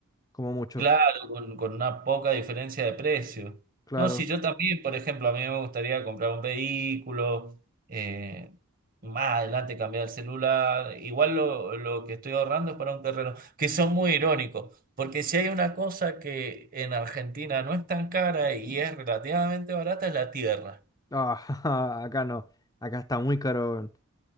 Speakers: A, on the left (about 15°); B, on the right (about 40°).
A: como mucho.
B: Claro, con, con una poca diferencia de precio.
A: Claro.
B: No, si yo también, por ejemplo, a mí me gustaría comprar un vehículo, eh, más adelante cambiar el celular. Igual lo, lo que estoy ahorrando es para un terreno, que son muy irónicos, porque si hay una cosa que en Argentina no es tan cara y es relativamente barata, es la tierra.
A: Ah, <laughs> acá no, acá está muy caro. weón.